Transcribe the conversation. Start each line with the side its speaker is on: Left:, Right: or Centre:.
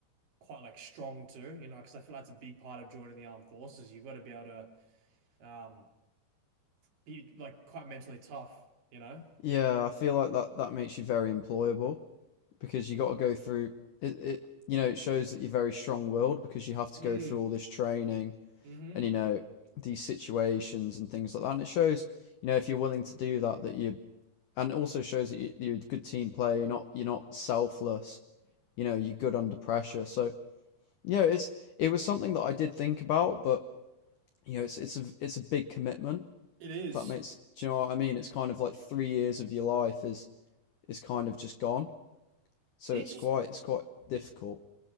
Right: quite like strong too. You know, because I feel like that's a big part of joining the armed forces. You've got to be able to um, be like quite mentally tough. You know.
Left: yeah. I feel like that that makes you very employable. because you got to go through it, it you know it shows that you're very strong willed because you have to
Right: Mm.
Left: go through all this training
Right: Mm-hmm.
Left: and you know these situations and things like that and it shows you know if you're willing to do that that you and it also shows that you, you're a good team player you're not you're not selfless you know you're good under pressure so you know it's it was something that I did think about but you know it's it's a it's a big commitment
Right: It is.
Left: if that makes do you know what I mean it's kind of like 3 years of your life is is kind of just gone so
Right: The
Left: it's
Right: interest.
Left: quite it's quite difficult